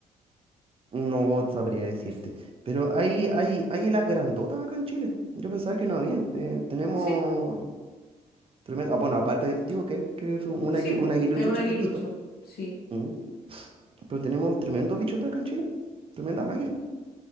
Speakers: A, on the right; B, on the left.
A: no sabría decirte. Pero hay, hay águilas grandotas acá en Chile. Yo pensaba que no habían. Eh, tenemos...
B: Sí,
A: Tremendo... ah, bueno, aparte del tíuque, que es un, un
B: sí,
A: agui-
B: po,
A: un aguilucho
B: es un
A: chiquitito.
B: aguilucho, sí.
A: ¿m? Pero tenemos tremendos bichotes acá en Chile. Tremendas águilas.